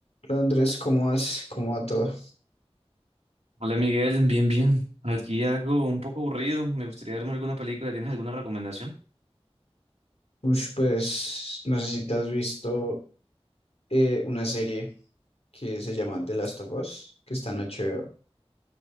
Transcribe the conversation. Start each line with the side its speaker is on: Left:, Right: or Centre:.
Left: Hola, Andrés, ¿cómo vas? ¿Cómo va todo?
Right: Hola Miguel, bien, bien. Aquí algo un poco aburrido. Me gustaría verme alguna película. ¿Tienes alguna recomendación?
Left: Ush, pues no sé si te has visto eh, una serie que se llama The Last of Us, que está en HBO,